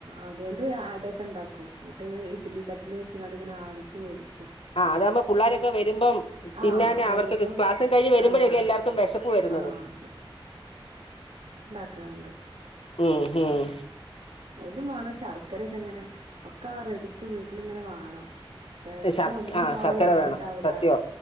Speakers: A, on the right; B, on the left.
A: അതുകൊണ്ട് അടൊക്കെ ഉണ്ടാക്കും എന്നിട്ട് ഇഡ്ലി തട്ടിൽ വെച്ചണ്ട്ങ്ങനെ ആവിക്ക് വേവി
B: ആ അതാകുമ്പോ പുള്ളോരൊക്കെ വരുമ്പം
A: ആഹ്
B: തിന്നാന്
A: വരുമ്പോ
B: അവർക്ക് ക്ലാസ്സും കഴിഞ്ഞ് വരുമ്പോഴ
A: ആഹ്
B: അല്ലേ എല്ലാർക്കും വെശപ്പ് വരുന്നത്-
A: ആഹ് ക്കാറുണ്ട്-
B: ഉം ഹും
A: അതിനും വേണം ശർക്കരയൊക്കെ ഇങ്ങനെ ഒക്കെ ആ റെടിക്ക് വീട്ടിലിങ്ങനെ വേണം ചെലപ്പോ
B: ശർ
A: ഒന്നുണ്ടാവൂ
B: ആ ശർക്കര
A: ഒന്നുംണ്ടാവൂല
B: വേണം സത്യവാ